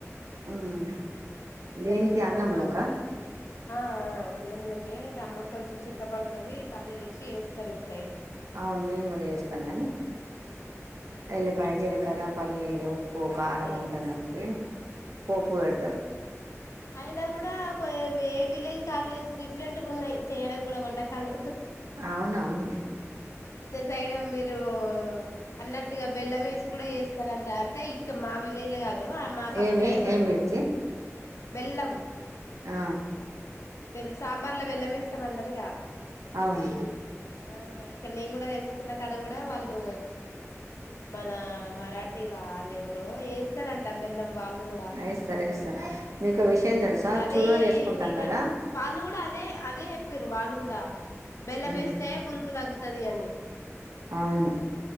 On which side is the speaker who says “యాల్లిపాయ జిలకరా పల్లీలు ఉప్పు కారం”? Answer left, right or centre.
Right